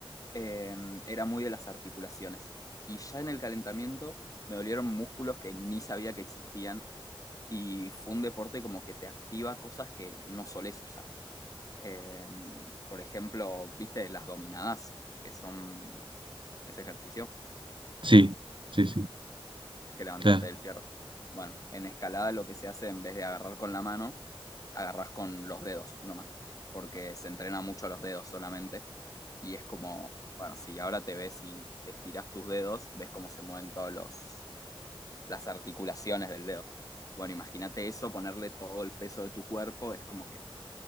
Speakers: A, on the left; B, on the right.
A: eh, era muy de las articulaciones. Y ya en el calentamiento me dolieron músculos que ni sabía que existían. Y fue un deporte como que te activa cosas que no solés usar. Eh, por ejemplo, viste las dominadas, que son ese ejercicio,
B: sí, sí, sí,
A: que levantarte
B: claro.
A: del fierro. Bueno, en escalada lo que se hace en vez de agarrar con la mano, agarras con los dedos nomás, porque se entrena mucho los dedos solamente. Y es como, bueno, si ahora te ves y estiras tus dedos, ves cómo se mueven todos los las articulaciones del dedo. Bueno, imagínate eso, ponerle todo el peso de tu cuerpo, es como que